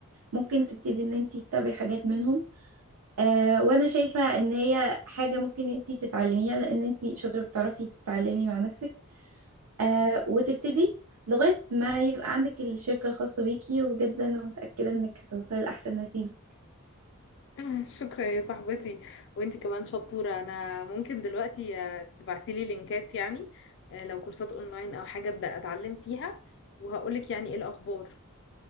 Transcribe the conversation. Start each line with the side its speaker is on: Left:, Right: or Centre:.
Right: ممكن تبتدي ان انت تتابعي حاجات منهم آه وانا شايفة ان هي حاجة ممكن انت تتعلميها لان انت شاطرة بتعرفي تتعلمي مع نفسك آه وتبتدي لغاية ما يبقى عندك الشركة الخاصة بيكي وبجد انا متأكدة انك هتوصلي لأحسن نتيجة
Left: <laughs> شكرا يا صاحبتي وانتي كمان شطورة انا ممكن دلوقتي آه، تبعتيلي لينكات يعني آه، لو كورسات اونلاين او حاجة ابدأ اتعلم فيها وهقولك يعني ايه الاخبار